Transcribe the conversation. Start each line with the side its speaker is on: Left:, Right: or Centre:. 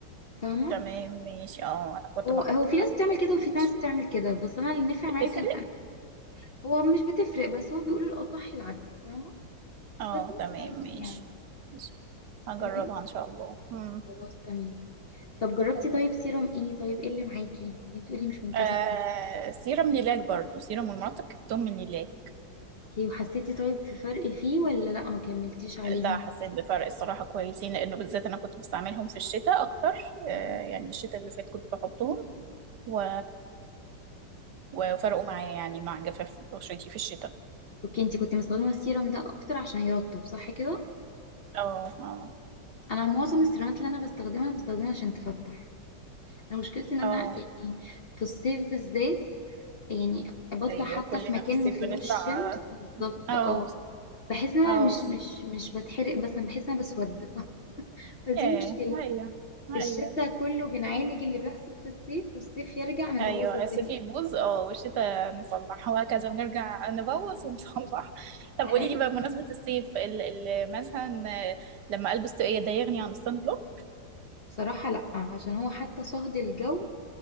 Left: فاهمه
Right: تمام ماشي اه أنا كنت
Left: هو
Right: بحط
Left: هو في
Right: العكس
Left: ناس بتعمل كده
Right: ماشي
Left: وفي ناس بتعمل كده بس انا اللي نفع
Right: بتفرق
Left: معايا كان أنا. هو مش بتفرق بس هو بيقول الاصح العكس فاهمه
Right: اه
Left: بس انت
Right: تمام
Left: عادي
Right: ماشي
Left: يعني
Right: ماشي هجربها
Left: تمام
Right: إن شاء الله مم.
Left: خلاص تمام طب جربتي
Right: تمام
Left: طيب سيرم ايه طيب ايه اللي معاكي اللي بتقولي مش منتظمه
Right: آه
Left: عليه؟
Right: سيرم ليلاك برضو سيرم والمرطب جبتهم من ليلاك
Left: اوكي وحسيتي طيب في فرق فيه ولا لا ما كملتيش عليهم
Right: لا حسيت بفرق الصراحة كويسين لأنه بالذات أنا كنت بستعملهم في الشتاء أكتر آه
Left: مم.
Right: يعني الشتاء اللي فات كنت بحطهم و وفرقوا معايا يعني مع جفاف بشرتي في الشتاء
Left: اوكي انتي كنت مستخدمة السيرم ده اكتر عشان يرطب صح كده
Right: اه اه
Left: انا معظم السيرامات اللي انا بستخدمها بستخدمها عشان تفتح انا مشكلتي ان انا
Right: اه
Left: يعني في الصيف بالذات يعني بطلع
Right: ايوه
Left: حتى
Right: كلنا
Left: في مكان
Right: في الصيف
Left: ما فيهوش
Right: بنطلع
Left: شمس بالظبط
Right: اه
Left: اه بحس ان انا
Right: اه
Left: مش مش مش بتحرق بس انا بحس ان انا بسود <laughs> ف- فدي
Right: ياه
Left: مشكلتي
Right: ايوه
Left: الشتا
Right: ايوه
Left: كله بنعالج اللي بيحصل في الصيف والصيف يرجع نبوظ
Right: ايوه
Left: الدنيا
Right: الصيف يبوظ اه والشتاء نصلح وهكذا ونرجع نبوظ ونصلح <laughs> طب
Left: دي
Right: قولي لي بقى بمناسبة الصيف ال ال مثلا آه، لما البس طاقية ده يغني عن الصن بلوك
Left: صراحة لأ عشان هو حتى صهد الجو